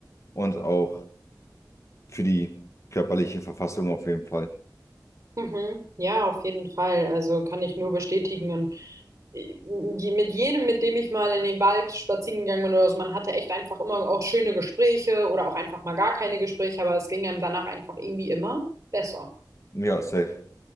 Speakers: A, on the left (about 40°); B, on the right (about 45°).
A: und auch für die körperliche Verfassung auf jeden Fall.
B: Mhm. Ja, auf jeden Fall. Also kann ich nur bestätigen. und je- mit jedem, mit dem ich mal in den Wald spazieren gegangen bin oder so, man hatte echt einfach immer auch schöne Gespräche oder auch einfach mal gar keine Gespräche, aber es ging einem danach einfach irgendwie immer besser.
A: Ja, safe.